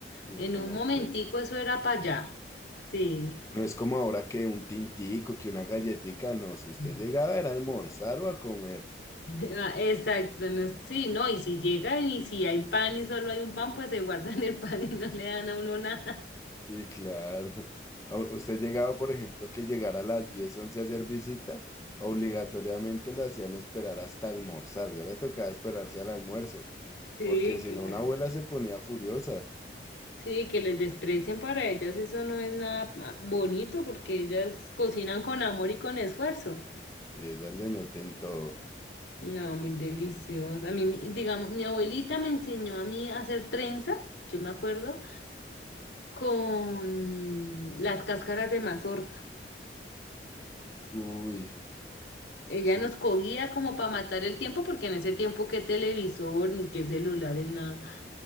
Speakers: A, on the left; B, on the left.
A: Y
B: En
A: como
B: un momentico
A: fue.
B: eso era para allá. Sí.
A: No es como ahora que un tintico, que una galletica, no. Si usted
B: Mm.
A: llegaba era a almorzar o a comer.
B: <laughs> Ah, Exacto, no es- sí, no, y si llegan y si hay pan y solo hay un pan, pues se guardan el pan y no le dan a uno nada. <laughs>
A: Sí, claro. <laughs> A- Usted llegaba, por ejemplo, que llegara a las diez once a hacer visita, obligatoriamente lo hacían esperar hasta almorzar. Ya le tocaba esperarse al almuerzo,
B: Sí,
A: porque si
B: claro.
A: no, una abuela se ponía furiosa
B: Sí, que les desprecien para ellas, eso no es nada pa- bonito porque ellas cocinan con amor y con esfuerzo.
A: y ellas le meten todo.
B: No, muy delicioso. A mí, mi- digamos, mi abuelita me enseñó a mí a hacer trenzas, yo me acuerdo, con las cáscaras de mazorca.
A: Uy,
B: Ella
A: su-
B: nos cogía como para matar el tiempo, porque en ese tiempo qué televisor, ni qué celulares, nada.